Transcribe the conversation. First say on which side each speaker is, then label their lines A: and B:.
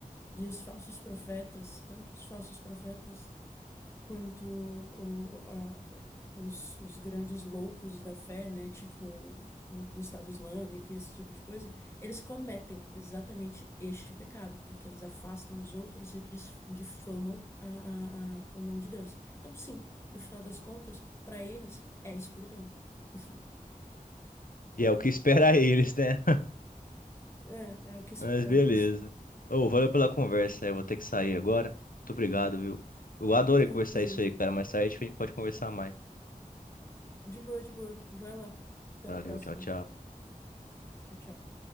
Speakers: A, on the left (about 20°); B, on the left (about 70°).
A: E os falsos profetas, tanto os falsos profetas quanto o- a- os, os grandes loucos da fé, né, tipo o, o Estado Islâmico e esse tipo de coisa, eles cometem exatamente este pecado, porque eles afastam os outros e, dis- e difamam a- a- a- o nome de Deus. Então, sim, no final das contas, para eles é escuridão. <laughs>
B: E é o que <laughs> espera eles, né?
A: É, é o que espera.
B: Mas beleza. Ô, valeu pela conversa, eu vou ter que sair agora. Muito obrigado, viu? Eu adorei
A: <laughs> Tranquilo,
B: conversar isso
A: tranquilo.
B: aí, cara. Mais tarde a gente pode conversar mais.
A: De boa, de boa. Vai lá. Até
B: Valeu,
A: a próxima.
B: tchau, tchau.
A: Tchau, tchau.